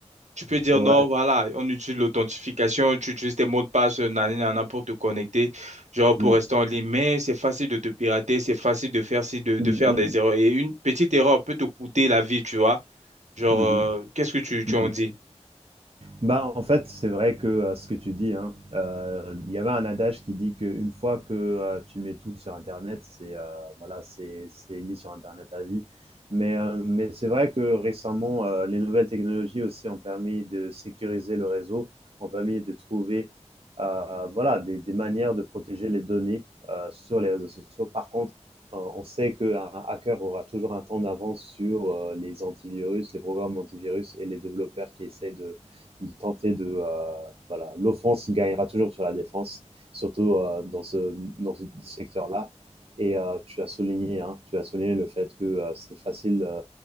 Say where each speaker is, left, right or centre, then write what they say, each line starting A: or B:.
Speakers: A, on the right; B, on the right.
A: Tu peux dire
B: Ouais.
A: non, voilà, on utilise l'authentification, tu utilises tes mots de passe, euh, nani, nana, pour te connecter, genre pour
B: Mm.
A: rester en ligne. Mais c'est facile de te pirater, c'est facile de faire, ci, de,
B: Mm,
A: de faire
B: mm,
A: des erreurs. Et une petite erreur peut te coûter la vie, tu vois. Genre,
B: mm,
A: euh, qu'est-ce que tu, tu
B: mm.
A: en dis?
B: Bah, en fait, c'est vrai que euh, ce que tu dis, hein, euh, il y avait un adage qui dit qu'une fois que euh, tu mets tout sur Internet, c'est euh, voilà, c'est c'est mis sur Internet à vie. Mais, euh, mais c'est vrai que récemment, euh, les nouvelles technologies aussi ont permis de sécuriser le réseau, ont permis de trouver euh, voilà, des, des manières de protéger les données euh, sur les réseaux sociaux. Par contre, euh, on sait qu'un hacker aura toujours un temps d'avance sur euh, les antivirus, les programmes antivirus et les développeurs qui essaient de de tenter de euh, voilà l'offense gagnera toujours sur la défense surtout euh, dans ce dans ce secteur là et euh, tu as souligné hein, tu as souligné le fait que euh, c'est facile euh,